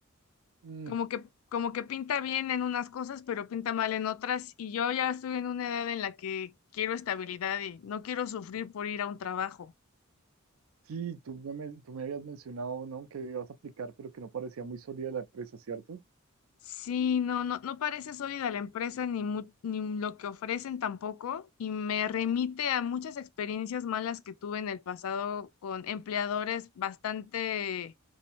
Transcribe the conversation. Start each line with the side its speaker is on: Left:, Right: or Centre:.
Right: Mm,
Left: Como que, como que pinta bien en unas cosas, pero pinta mal en otras. Y yo ya estoy en una edad en la que quiero estabilidad y no quiero sufrir por ir a un trabajo.
Right: sí, tú me, men- tú me habías mencionado, ¿no? Que ibas a aplicar, pero que no parecía muy sólida la empresa, ¿cierto?
Left: Sí, no, no, no parece sólida la empresa ni, mu- ni lo que ofrecen tampoco y me remite a muchas experiencias malas que tuve en el pasado con empleadores bastante,